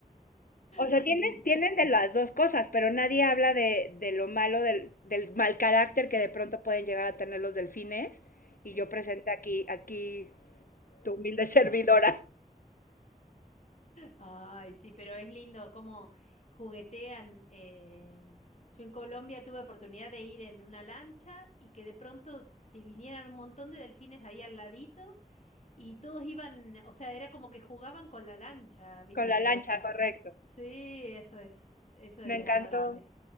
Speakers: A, on the left (about 75°); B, on the left (about 50°).
A: O sea,
B: <laughs> sí,
A: tienen, tienen de las dos cosas, pero nadie habla de, de lo malo, del, del mal carácter que de pronto pueden llegar a tener los delfines.
B: sí.
A: Y yo presenté aquí, aquí tu humilde <laughs> servidora.
B: Ay, sí, pero es lindo cómo juguetean. eh, Yo en Colombia tuve oportunidad de ir en una lancha y que de pronto si vinieran un montón de delfines ahí al ladito y todos iban, o sea, era como que jugaban con la lancha, ¿viste?
A: Con la lancha,
B: O sea,
A: correcto.
B: sí, eso es, eso es
A: Me encantó.
B: adorable.